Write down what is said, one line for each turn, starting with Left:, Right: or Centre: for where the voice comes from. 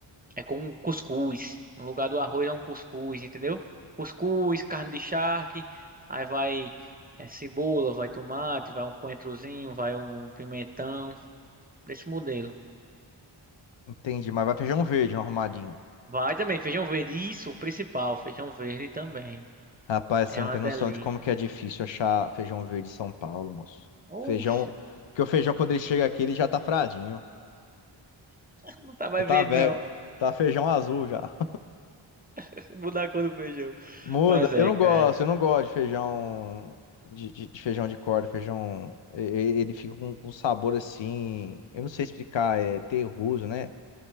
Right: é com um cuscuz. No lugar do arroz é um cuscuz, entendeu? Cuscuz, carne de charque, aí vai é, cebola, vai tomate, vai um coentrozinho, vai um pimentão, desse modelo.
Left: entendi, mas vai feijão verde no arrumadinho.
Right: Vai também feijão verde, isso, o principal, feijão verde também.
Left: Rapaz,
Right: É
Left: você não
Right: uma
Left: tem
Right: delícia.
Left: noção de como que é difícil achar feijão verde em São Paulo, moço.
Right: Oxe,
Left: Feijão. Porque o feijão, quando ele chega aqui, ele já tá fradinho.
Right: Não tá mais
Left: Já tá
Right: verde,
Left: velho.
Right: não.
Left: Tá feijão azul já.
Right: <laughs> Mudar a cor do feijão.
Left: Muda.
Right: Mas é,
Left: Eu não
Right: cara.
Left: gosto, eu não gosto de feijão de, de- de feijão de corda, feijão. e- e- Ele fica com um sabor assim. Eu não sei explicar, é terroso, né?